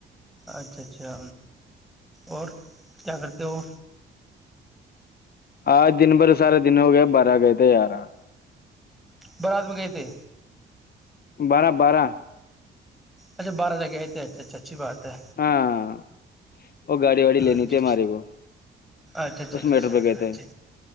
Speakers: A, in the centre; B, on the left.
A: اچھا اچھا اور کیا کرتے ہو
B: آج دن بھر سارا دن ہو گیا بارہ گئے تھے یارہ
A: بارات میں گئے تھے
B: بارہ بارہ
A: اچھا بارہ تک گ آئے تھے اچھا اچھا اچھی بات ہے
B: ہاں وہ گاڑی واڑی لینی
A: اچھا
B: تھی ہمارے کو
A: اچھا اچھا اچھا
B: اس میٹر
A: اچھا اچھا
B: پہ
A: اچھا
B: گئے
A: اچھا
B: تھے